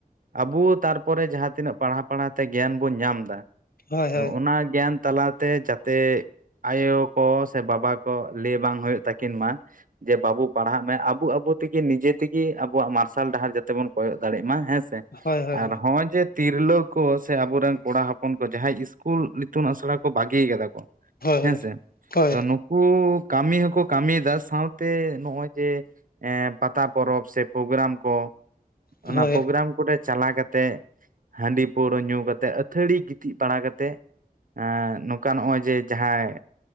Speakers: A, on the right; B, on the left.
A: ᱟᱵᱚ ᱛᱟᱨᱯᱚᱨᱮ ᱡᱟᱦᱟᱸ ᱛᱤᱱᱟᱹᱜ ᱯᱟᱲᱦᱟᱣ ᱯᱟᱲᱦᱟᱣ ᱛᱮ ᱜᱮᱭᱟᱱ ᱵᱚᱱ ᱧᱟᱢ ᱫᱟ
B: ᱦᱳᱭ ᱦᱳᱭ
A: ᱚᱱᱟ ᱜᱮᱭᱟᱱ ᱛᱟᱞᱟᱛᱮ ᱡᱟᱛᱮ ᱟᱭᱳ ᱠᱚ ᱥᱮ ᱵᱟᱵᱟ ᱠᱚ ᱞᱟᱹᱭ ᱵᱟᱝ ᱦᱩᱭᱩᱜ ᱛᱟᱹᱠᱤᱱ ᱢᱟ ᱡᱮ ᱵᱟᱵᱩ ᱯᱟᱲᱦᱟᱜ ᱢᱮ ᱟᱵᱚ ᱟᱵᱚ ᱛᱮᱜᱮ ᱱᱤᱡᱮ ᱛᱮᱜᱮ ᱟᱵᱚᱣᱟᱜ ᱢᱟᱨᱥᱟᱞ ᱰᱟᱦᱟᱨ ᱡᱟᱛᱮ ᱵᱚᱱ ᱠᱚᱭᱚᱜ ᱫᱟᱲᱮᱜ ᱢᱟ ᱦᱮᱸ ᱥᱮᱸ
B: ᱦᱳᱭ ᱦᱳᱭ
A: ᱟᱨ
B: ᱦᱳᱭ
A: ᱦᱚᱸᱜᱼᱚᱭ ᱡᱮ ᱛᱤᱨᱞᱟᱹ ᱠᱚ ᱥᱮ ᱟᱵᱚᱨᱮᱱ ᱠᱚᱲᱟ ᱦᱚᱯᱚᱱ ᱠᱚ ᱡᱟᱦᱟᱸᱭ ᱤᱥᱠᱩᱞ ᱤᱛᱩᱱ ᱟᱥᱲᱟ ᱠᱚ ᱵᱟᱹᱜᱤ ᱠᱟᱫᱟ ᱠᱚ
B: ᱦᱳᱭ
A: ᱦᱮᱸ ᱥᱮ
B: ᱦᱳᱭ
A: ᱛᱚ ᱱᱩᱼᱼ ᱠᱩ ᱠᱟᱹᱢᱤ ᱦᱚᱸᱠᱚ ᱠᱟᱹᱢᱤᱭᱫᱟ ᱥᱟᱶᱛᱮ ᱱᱚᱜᱼᱚᱭ ᱡᱮ ᱮ ᱯᱟᱛᱟ ᱯᱚᱨᱚᱵᱽ ᱥᱮ ᱯᱨᱳᱜᱨᱟᱢ ᱠᱚ
B: ᱦᱳᱭ
A: ᱚᱱᱟ ᱯᱨᱳᱜᱨᱟᱢ ᱠᱚᱨᱮ ᱪᱟᱞᱟᱣ ᱠᱟᱛᱮ ᱦᱟᱺᱰᱤ ᱯᱟᱹᱣᱨᱟᱹ ᱧᱩ ᱠᱟᱛᱮ ᱟᱹᱛᱷᱟᱹᱲᱤ ᱜᱤᱛᱤᱡ ᱵᱟᱲᱟ ᱠᱟᱛᱮ ᱮᱸ ᱱᱚᱝᱠᱟ ᱱᱚᱜᱼᱚᱭ ᱡᱮ ᱡᱟᱦᱟᱸᱭ